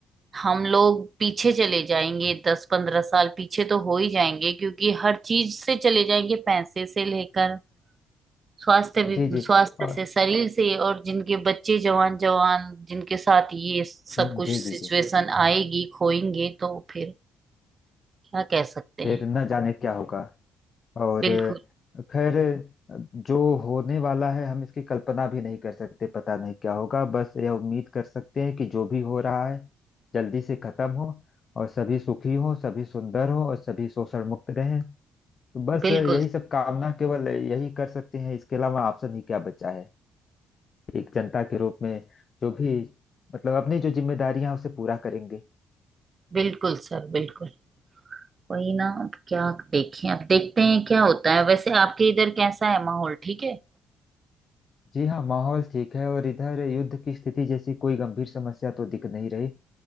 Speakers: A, on the right; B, on the left.
A: हम लोग पीछे चले जाएंगे दस पंद्रह साल पीछे तो हो ही जाएंगे क्योंकि हर चीज से चले जाएंगे पैसे से लेकर स्वास्थ्य भी
B: जी जी
A: स्वास्थ्य
B: और
A: से शरीर से और जिनके बच्चे जवान जवान जिनके साथ ये सब
B: हम्म,
A: कुछ
B: जी
A: सिचुएशन
B: जी जी
A: आएगी खोएंगे तो फिर क्या कह सकते
B: फिर
A: हैं
B: न जाने क्या होगा और
A: बिल्कुल
B: खैर जो होने वाला है हम इसकी कल्पना भी नहीं कर सकते पता नहीं क्या होगा बस यह उम्मीद कर सकते हैं कि जो भी हो रहा है जल्दी से खत्म हो और सभी सुखी हो सभी सुंदर हो और सभी शोषण मुक्त रहें तो बस
A: बिल्कुल
B: यही सब कामना केवल यही कर सकते हैं इसके अलावा ऑप्शन ही क्या बचा है एक जनता के रूप में जो भी मतलब अपनी जो जिम्मेदारियां हैं, उसे पूरा करेंगे
A: बिल्कुल सर बिल्कुल वही ना अब क्या देखें अब देखते हैं क्या होता है वैसे आपके इधर कैसा है माहौल ठीक है
B: जी हाँ माहौल ठीक है और इधर युद्ध की स्थिति जैसी कोई गंभीर समस्या तो दिख नहीं रही